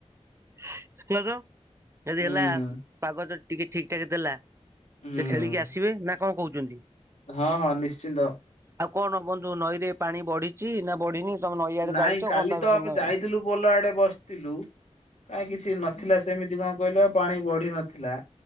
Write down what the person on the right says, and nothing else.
<inaudible> ଯଦି
ହେଲା ପାଗ ଜଦି ଟିକେ ଠିକ୍ ଠାକ୍ ଦେଲା,
ସେ ଖେଳିକି ଆସିବେ ନା କଣ କହୁଚନ୍ତି?
ଆଉ କଣ ବନ୍ଧୁ ନଈରେ ପାଣି ବଢିଛି ନା ବଢିନି ତମେ ନଈଆଡେ
ଯାଇଛ
କଣ ତା
ବିଷୟରେ